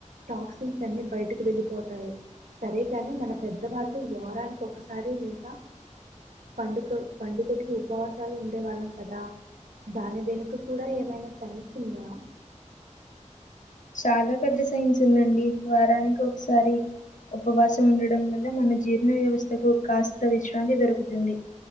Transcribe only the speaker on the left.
చాలా పెద్ద సైన్స్ ఉందండి వారానికి ఒకసారి ఉపవాసం ఉండడం వల్ల మన జీర్ణ వ్యవస్థకు కాస్త విశ్రాంతి దొరుకుతుంది